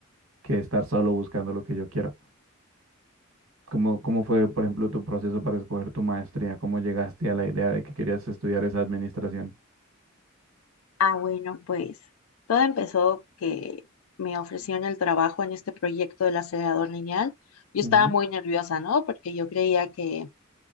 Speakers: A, on the right; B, on the left.
A: que estar solo buscando lo que yo quiero. ¿Cómo, cómo fue, por ejemplo, tu proceso para escoger tu maestría? ¿Cómo llegaste a la idea de que querías estudiar esa administración?
B: Ah, bueno, pues todo empezó que me ofrecieron el trabajo en este proyecto del acelerador lineal. Yo
A: Ujú.
B: estaba muy nerviosa, ¿no? Porque yo creía que